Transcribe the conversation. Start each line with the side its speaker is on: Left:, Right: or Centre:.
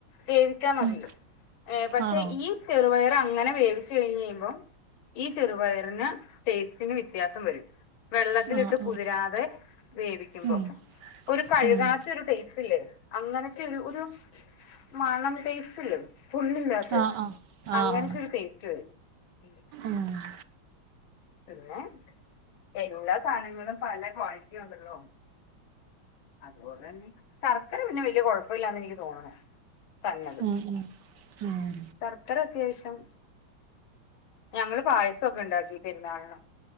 Left: വേവിച്ചാ മതിയോ
Right: ഉം
Left: ഏ പക്ഷെ
Right: ആണോ
Left: ഈ ചെറുപയറ് അങ്ങനെ വേവിച്ചു കഴിഞ്ഞ് കഴിയ്മ്പം ഈ ചെറുപയറിന് ടേസ്റ്റിന് വ്യത്യാസം വരും. വെള്ളത്തിലിട്ട്
Right: ആഹ് ആഹ്
Left: കുതിരാതെ വേവിക്കുമ്പം.
Right: ഉം
Left: ഒരു കഴുകാത്ത
Right: ഉം
Left: ഒരു ടേസ്റ്റ് ഇല്ലേ അങ്ങനത്തെയൊരു ഒരു മണം ടേസ്റ്റില്ലേ കൊള്ളില്ലാത്തെ
Right: ആഹ് ആഹ്
Left: അങ്ങനത്തൊരു ടേസ്റ്റ് വരും. ഉം
Right: ആഹ്
Left: പിന്നെ എല്ലാ സാനങ്ങളും പല ക്വാളിറ്റിണ്ടല്ലോ? അതുപോലെ തന്നെ ശർക്കര പിന്നെ വെല്ല്യ കൊഴപ്പല്ലാന്ന് എനിക്ക് തോന്നണെ തന്നത്.
Right: ഉം ഉം ഉം
Left: ശർക്കരത്യാവിശ്യം ഞങ്ങള് പായസക്കെണ്ടാക്കി പെരുന്നാളിന്.